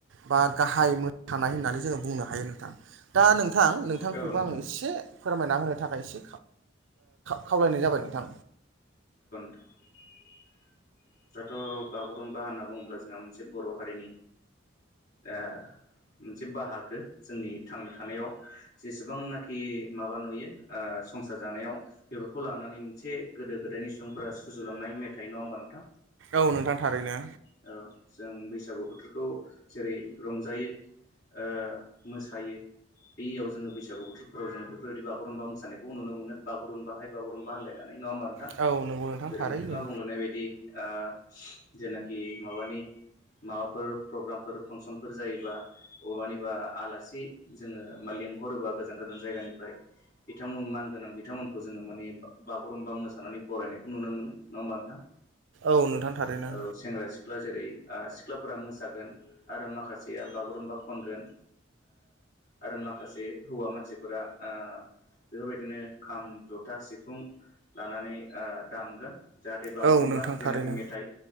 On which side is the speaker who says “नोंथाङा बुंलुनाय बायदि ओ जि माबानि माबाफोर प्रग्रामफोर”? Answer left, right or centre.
Left